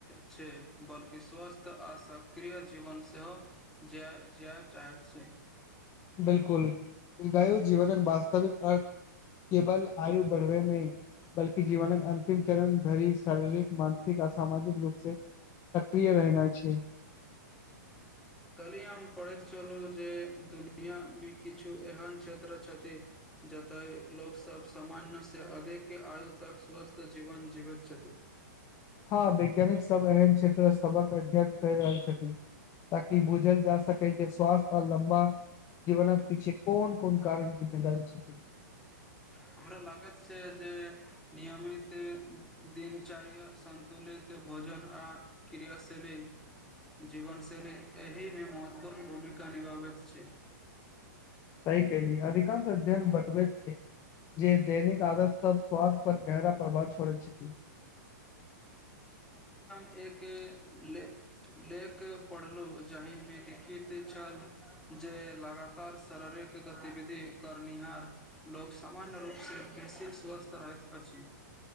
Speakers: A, in the centre; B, on the left (about 30°).
A: छै बल्कि स्वस्थ त आ सक्रिय जीवन सेहो जाय चाहैत छी
B: बिल्कुल दायु जीवनक वास्तविक अर्थ केवल आयु बढ़बे नहि बल्कि जीवनक अंतिम चरण धरि शारीरिक मानसिक आ सामाजिक रूप से <unintelligible> प्रिय रहना छै <unintelligible>
A: कल्हि हम पढ़ैत चलू जे दुनिया मे किछु एहन क्षेत्र छथि जतए लोकसभ समान्यसँ अधिक आयु तक स्वस्थ जीवन जीवैत छथि
B: हँ वैज्ञानिक सब एहन क्षेत्र सभक अध्ययन कर रहल छथि ताकि बूझल जा सकै जे स्वास्थ आ लम्बा जीवनक पीछे कोन कोन कारण जिम्मेदारी छथि
A: हमरा लागत छैक जे नियमित दिन चारो संतुलन <unintelligible> भोजन आ क्रियाशैली जीवनशैली एहिमे महत्व पूर्ण भूमिका निभाबैत छैक
B: सही कहली अधिकांश अध्यन बतबैत छै जे दैनिक आदर सब स्वास्थ्य पर गहरा प्रभाव च परन छथि <unintelligible>
A: एके ले लेख पढ़लु जहिमे लिखित छल जे लगातार शारीरिक गतिविधि करनिहार लोक सामान्य रूप सं छी स्वस्थ रहैत अछि